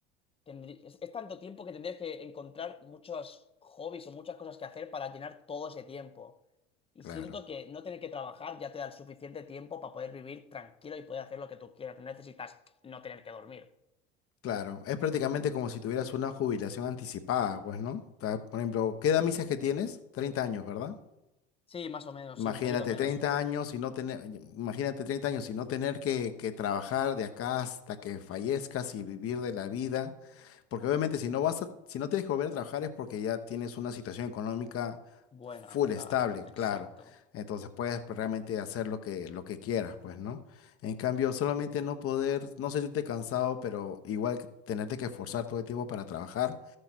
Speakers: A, on the left; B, on the left.
A: tendrí- es, es tanto tiempo que tendrías que encontrar muchos hobbies o muchas cosas que hacer para llenar todo ese tiempo. Y
B: claro.
A: siento que no tener que trabajar ya te da el suficiente tiempo para poder vivir tranquilo y poder hacer lo que tú quieras. No necesitas no tener que dormir.
B: Claro, es prácticamente como si tuvieras una jubilación anticipada, pues, ¿no? O sea, por ejemplo, ¿qué edad me dices que tienes? 30 años, ¿verdad?
A: Sí, más o menos,
B: Imagínate
A: sí, un poquito menos.
B: 30 años y no tener, imagínate 30 años y no tener que, que trabajar de acá hasta que fallezcas y vivir de la vida Porque obviamente si no vas a, si no tienes que volver a trabajar es porque ya tienes una situación económica
A: Buena,
B: full
A: claro,
B: estable,
A: exacto.
B: claro. Entonces puedes pues, realmente hacer lo que, lo que quieras, pues, ¿no? En cambio, solamente no poder, no sentirte cansado, pero igual que tenerte que esforzar todo el tiempo para trabajar,